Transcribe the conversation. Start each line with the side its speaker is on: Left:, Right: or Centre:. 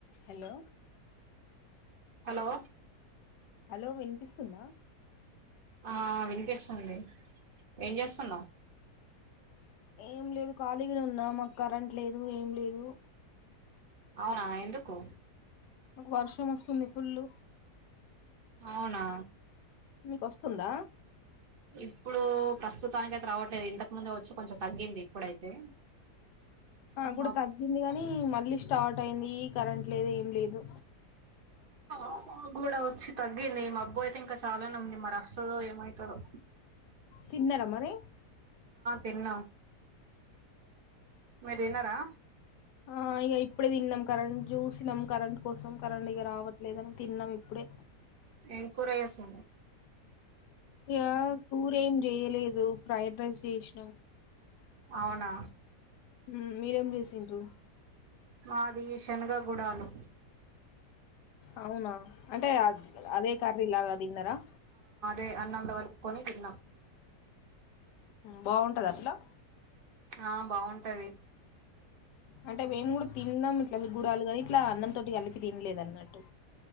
Left: హలో
Right: హలో
Left: హలో వినిపిస్తుందా
Right: ఆ వినిపిస్తుంది ఏం చేస్తున్నావ్
Left: ఏం లేదు ఖాళీగానే ఉన్నా మాకు కరెంట్ లేదు ఏం లేదు
Right: అవునా ఎందుకు
Left: మాకు వర్షం వస్తుంది పుల్ళు
Right: అవునా
Left: మీకు వస్తుందా
Right: ఇప్పుడు ప్రస్తుతానికి అయితే రావట్లేదు ఇంతకు ముందే వచ్చి కొంచెం తగ్గింది ఇప్పుడైతే
Left: కూడా
Right: మబ్బు
Left: తగ్గింది కాగాని మళ్ళీ స్టార్ట్ అయింది కరెంట్ లేదు ఏం లేదు
Right: మాక్ కూడా వచ్చి తగ్గిందిమబ్బు అయితే ఇంకా చాలానే ఉంది మరి వస్తుందో ఏమవుతుందో
Left: తిన్నారా మరి
Right: తిన్నాం మీరు తిన్నారా
Left: ఆ ఇగ ఇప్ ఇప్పుడే తిన్నాం కరెంట్ చూసినాం కరెంట్ కోసం కరెంట్ ఇగ రావట్లేదని తిన్నాం ఇప్పుడే
Right: ఎం కూర చేసింది
Left: ఇగ కూర ఏం చేయలేదు ఫ్రైడ్ రైస్ చేసినాం
Right: అవునా
Left: మ్ మీరేం చేసిండ్రు
Right: మాది షన్గ గుడాలు
Left: అవునా అంటే అదే కర్రి లాగా తిన్నారా
Right: అే అన్నంల కలుపుకొని తిన్నాం
Left: బాగుంటదట్లా
Right: ఆ బాగుంటది
Left: అంటే మేము కూడా తిన్నాం ఇట్ల వ్ గుడాలు కాని ఇట్లా అన్నం తోటి కలిపి తినలేదు అన్నట్టు